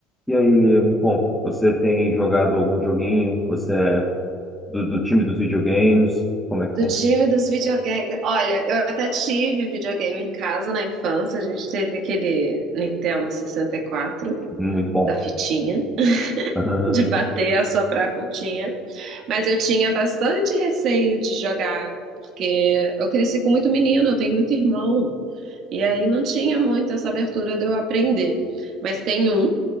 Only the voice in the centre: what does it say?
E aí, Lia, me conta, você tem jogado algum joguinho? Você é do, do time dos videogames? Como é que
funciona?
Muito bom.
<laughs>